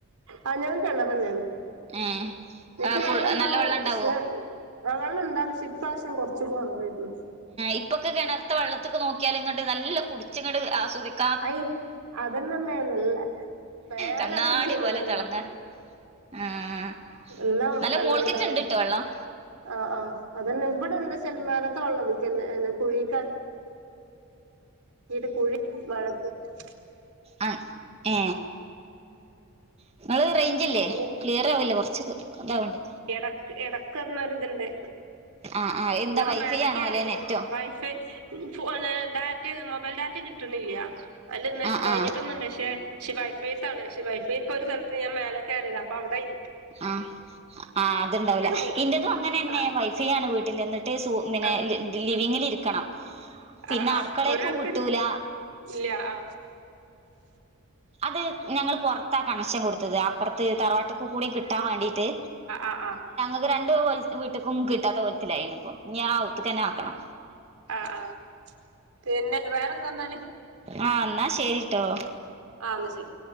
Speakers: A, on the right (about 90°); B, on the right (about 25°).
A: അ ഞങ്ങക്ക് കിണറന്നെയാണ്
B: ഏഹ്
A: എനിക്ക്
B: ആഹ് ഫുൾ
A: വെള്ള ഇണ്ടാവും
B: നല്ല വെള്ളം ഉണ്ടാവോ
A: പക്ഷെ ആ വെള്ളം എന്താണ് ഇപ്പ്രാശം കുറച് കുറവായിരുന്നു
B: ഇപ്പൊക്കെ കിണത്ത വള്ളത്തൊക്കെ നോക്കിയാലും ഇങ്ങോട്ട് നല്ല കുടിച്ചിങ്ങോട് ആസ്വദിക്കും
A: അയ് അതന്നമ്മേന്നല്ല മേലത്തിയും
B: കണ്ണാടി
A: ചെയ്തിന്
B: പോലെ
A: വെള്ളം
B: തിളങ്ങ ആഹ്
A: എല്ലാം
B: നല്ല
A: വെള്ളം
B: മോൾക്കറ്റ്
A: ഉണ്ടാനു
B: ഇണ്ട്ട്ടോ വെള്ളം
A: ആ ആഹ് അതന്നെ ഇവിടെ എന്ത സെൽമാനത്ത വേള്ളതിക്കെന്നെ കുഴിക്ക വീട്ട കുഴി വ <unintelligible>
B: ആ ഏ ഇങ്ങള് റൈ ഇല്ലേ
A: അപ്പൊ
B: ക്ലിയർ ആവില്ലേ കുറച്ച് ഇതാവണ്ട്
A: ഇടക്ക് എടക്ക്ന്നൊരി ഇതുണ്ട്
B: ആഹ് ആഹ് എന്താ
A: ഞപ്പൊ
B: വൈഫൈ
A: മേലൊക്കെറീ
B: ആണോ അല്ലെ നെറ്റോ
A: വൈഫയി ഫോ ഡാറ്റ മൊബൈൽ ഡാറ്റ കിട്ട്ണില്ല അല്ലന്ന്
B: ആഹ്
A: കഴിഞ്ഞിട്ടൊന്നുംല്ല
B: ആഹ്
A: പക്ഷെ പക്ഷ വൈഫൈത്താണ് ക്ഷെ വൈഫൈ ഇപ്പൊ ഒരു സ്ഥലത്ത് ഞാൻമെല്ലെ കേറിയാത അപ്പൊ അവിടെയി
B: ആ ആ അത്ണ്ടാവില്ല
A: പോവും
B: ഇൻ്റതും അങ്ങനെന്നെ
A: ആ
B: വൈ വൈഫയാ വീട്ടില് എന്നിട്ട് ശു
A: ആ
B: ലിവിങ്ൽ ഇരിക്കണം പിന്നെ
A: ആ ആ
B: അടുകളയിലേക്കും
A: ഒരിടത്ത്
B: കിട്ടൂല ലാ
A: ഇല്ല ആ
B: അത് ഞങ്ങൾ പുറത്താ കണക്ഷൻ കൊടുത്തത് അപ്പുറത്ത് തറവാട്ട കൂടി കിട്ടാൻ വേണ്ടീട്ട്
A: ആ ആ ആ
B: ക്ക് രണ്ട് വീട്ട്ക്കും കിട്ടാത്ത കൊലത്തിലായിണ് ഇപ്പ ഇഞ്ഞാ അവുത്ക്കന്നെ ആക്കണം
A: ആഹ് ആ പിന്നെ വേറെന്താന്നാല്
B: ആ എന്നാ ശരിട്ടോ
A: ആ എന്ന ശരി